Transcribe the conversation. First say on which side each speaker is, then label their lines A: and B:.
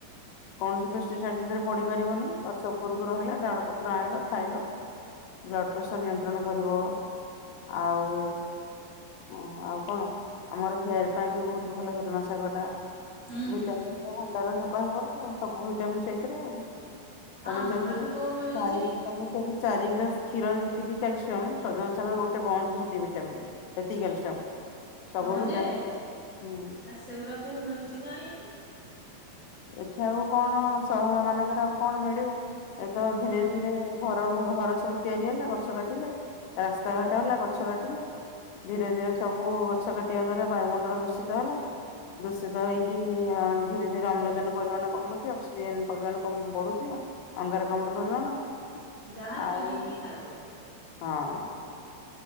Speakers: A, on the left; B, on the right.
A: କୌଣସି ପୃଷ୍ଟିସାର ସେଥିରେ ପଡି ପାରିବନି ଗଛ ଉପୁରୁକୁ ରହିଲା ଡାଳ ପତ୍ର ଆଣିଲ ଖାଇଲ ବ୍ଲଡ଼ ପ୍ରେସର ନିୟନ୍ତ୍ରଣ କରିବ ଆଉ ଉ ଆଉ କଣ ଆମର ହେୟାର ପାଇଁ ବି ବହୁତ ଭଲ ସଜନା ଶାଗଟା
B: ହୁଁ
A: ଭିଟାମନ
B: ହୁଁ
A: ତ ଭଣ୍ଡାରସ କହିବବଲେ ସବୁ ଭିଟାମିନ ସେଇଥିରେ ଆଉ ତମେ
B: ଆମର
A: ଯଦି
B: ଏଠି କୋଉ ମିଳୁଛି
A: ସାଇ
B: କି?
A: ତମେ ସେଠି ଚାରି ଗ୍ଲାସ୍ କ୍ଷୀର ଯେତିକି କ୍ୟାଲସିୟମ ସଜନା ଶାଗର ଗୋଟେ ବନ୍ସ ସେତିକି ଭିଟାମନ ହେତିକି କ୍ୟାଲସିୟମ
B: ହଁ
A: ଭିଟାମିନ୍
B: ଯେ
A: ସେଠି। ହୁଁ
B: ଆ ସେଗୁରା କୋଉ ମିଳୁଚି କାଇଁ ଏଠି
A: ଏଠି ଆଉ କଣ ସହର ମାନଙ୍କରେ ଆଉ କଣ ମିଳିବ ଏତ ଧିରେ
B: ସେ
A: ଧିରେ ଘର ଘ ଘର ସବୁ ତିଆରି ହେଲା ଗଛ କାଟିଲେ ରାସ୍ତା ଘାଟ ହେଲା ଗଛ କାଟିଲେ ଧିରେ ଧିରେ ସବୁ ଗଛ କାଟିବା ଦ୍ଵାରା ବାୟୁମଣ୍ଡଳ ଦୂଷିତ ହେଲା ଦୂଷିତ ହେଇକି ଅ ଧିରେ ଧିରେ ଅମ୍ଲ ଜାନ ପରିମାଣ କମୁଛି ଅକ୍ସିଜେନ ପରିମାଣ କମ୍ ବଢୁଛି ଅଙ୍ଗାରକାମ୍ଳ ପରିମାଣ
B: ଯାହା
A: ଆଉ
B: କିଣିକି ଖାଇବ
A: ହଁ